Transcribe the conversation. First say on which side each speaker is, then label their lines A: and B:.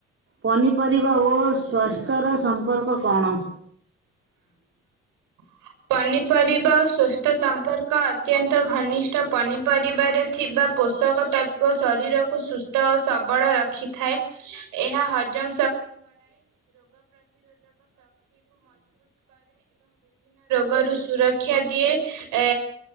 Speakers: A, on the right; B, on the right.
A: ପନିପରିବା ଓ ସ୍ଵାସ୍ଥ୍ୟର ସମ୍ପର୍କ କଣ?
B: <unintelligible> ଓ ଶରୀରକୁ ସୁସ୍ଥ ଓ ସବଳ ରଖିଥାଏ ଏହା ହଜମ ଗରୁ ସୁରକ୍ଷା ଦିଏ ଏ